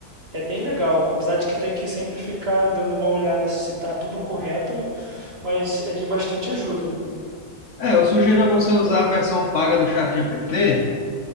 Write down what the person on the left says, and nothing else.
É, eu sugiro a você usar a versão paga do ChatGPT,